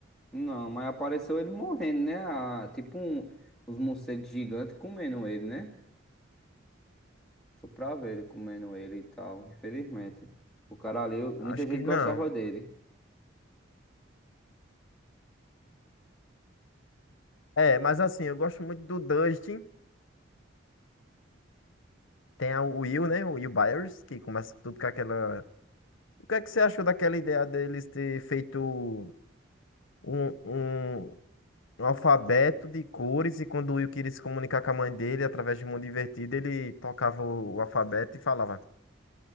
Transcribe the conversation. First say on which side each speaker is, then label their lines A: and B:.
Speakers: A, in the centre; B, on the left (about 80°).
A: Não, mas apareceu ele morrendo, né? Ah, tipo um, os morcegos gigantes comendo ele, né? Foi pra ver ele comendo ele e tal, infelizmente. O cara ali, eu-
B: Acho
A: muita gente
B: que
A: gostava
B: não.
A: dele.
B: É, mas assim, eu gosto muito do Dustin. Tem a- o Will, né? O Will Byers, que começa tudo com aquela O que é que você achou daquela ideia deles ter feito um, um, um alfabeto de cores e quando o Will queria se comunicar com a mãe dele através de Mundo Invertido, ele tocava o, o alfabeto e falava.